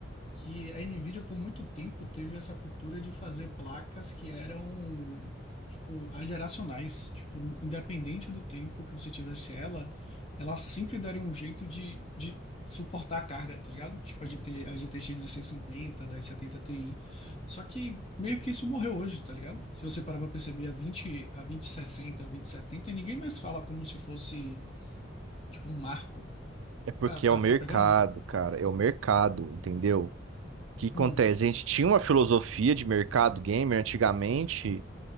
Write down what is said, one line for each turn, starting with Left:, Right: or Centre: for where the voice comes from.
Left: que a Nvidia por muito tempo teve essa cultura de fazer placas que eram tipo ageracionais, tipo independente do tempo que você tivesse ela, ela sempre daria um jeito de, de suportar a carga, tá ligado? Tipo a GT, a GTX 1650, a 1070 Ti. Só que meio que isso morreu hoje, tá ligado? Se você parar pra perceber a vinte, a vinte sessenta, a vinte setenta, ninguém mais fala como se fosse tipo um marco.
Right: É porque
Left: Tá, tá,
Right: é o mercado,
Left: tá pegando?
Right: cara. É o mercado, entendeu? O que acontece?
Left: Hum,
Right: A gente tinha uma filosofia de mercado gamer antigamente